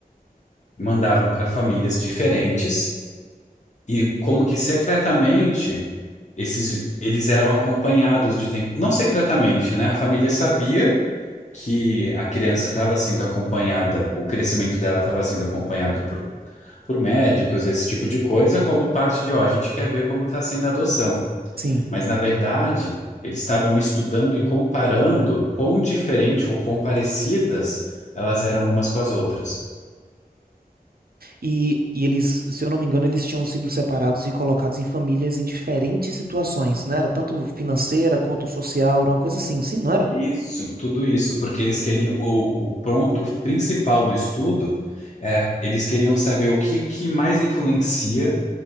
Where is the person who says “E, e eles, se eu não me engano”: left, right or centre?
Right